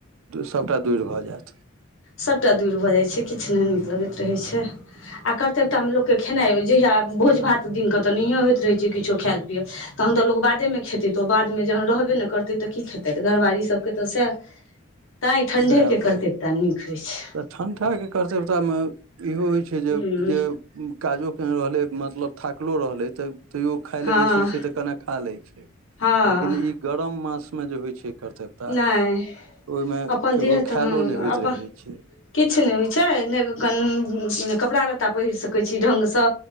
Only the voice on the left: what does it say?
सभटा दूरि भऽ जाइत छै किछु नहि नीक लगैत रहै छै आ कर्तव्यतामे लोककेँ खेनाइ जहिया भोज भात दिनकेऽ तऽ नहिए होइत रहैत छै किछो खायल पियल तहन तऽ लोक बादेमे खेतै तऽ ओ बादमे जहन रहबे ने करतैय देते तऽ की खेते घरवारी सब के तऽ सह तां ठंडे
के
करते टा नीक होइ छै
हूँ
हँ
हँ
नहि
अपन
देह तऽ
अपन
किछु ने होइ छै ने क कपड़ा लत्ता पहिर सकैत छी ढंग से